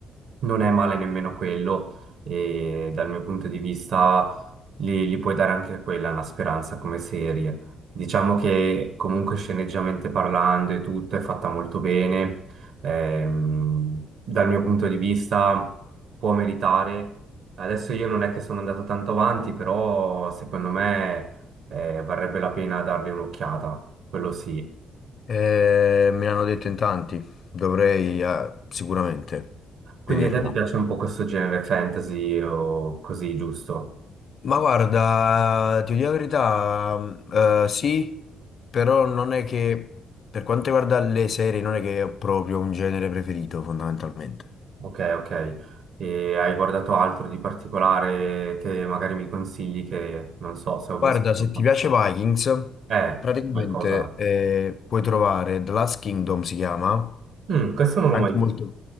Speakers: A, on the right; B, on the left.
A: non è male nemmeno quello e dal mio punto di vista li, li puoi dare anche quella una speranza come serie. Diciamo che comunque sceneggiamente parlando e tutto è fatta molto bene. Ehm, dal mio punto di vista può meritare. Adesso io non è che sono andato tanto avanti, però secondo me eh, varrebbe la pena dargli un'occhiata, quello sì.
B: Eh, me l'hanno detto in tanti, dovrei eh, sicuramente
A: Quindi
B: vederla.
A: a te ti piace un po' questo genere fantasy o così, giusto?
B: Ma guarda, ti dico la verità, mh, eh, sì, però non è che, per quanto riguarda le serie, non è che ho proprio un genere preferito, fondamentalmente.
A: Ok, ok. E hai guardato altro di particolare che magari mi consigli che non so se ho
B: Guarda,
A: visto.
B: se ti
A: no?
B: piace Vikings,
A: Eh,
B: praticamente
A: c'è qualcosa.
B: eh, puoi trovare The Last Kingdom, si chiama,
A: Mm, questo non
B: anche
A: l'ho mai visto.
B: molto...